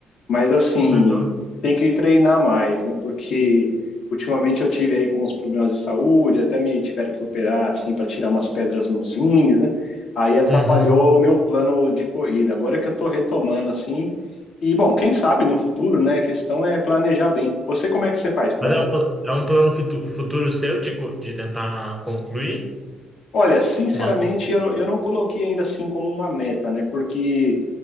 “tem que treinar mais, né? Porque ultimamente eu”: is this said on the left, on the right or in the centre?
Left